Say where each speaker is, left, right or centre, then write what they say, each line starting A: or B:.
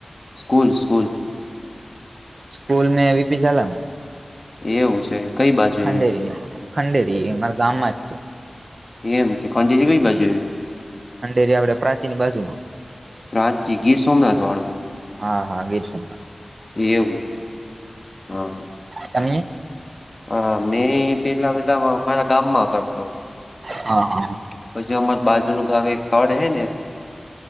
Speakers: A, on the left; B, on the right.
A: School, school.
B: સ્કૂલ મે પી જાલા.
A: એવું છે, કંઈ બાજુ
B: ખંડેરી
A: આવી.
B: ખંડેરી મારા ગામમાં જ છે
A: એમ છે, ખંડેરી કંઈ બાજુ આવું.
B: ખંડેરી આપડે પ્રાચીની બાજુમાં.
A: પ્રાચી ગીર સોમનાથ વાળું.
B: હા હા ગીર સોમનાથ.
A: એવું હ, હા.
B: તમે?
A: હા મેં પેલા વેલા મારા ગામમાં કરતો.
B: હા, હા.
A: પછી અમાર બાજુ ન ગામમે એક સ્થળ હે ને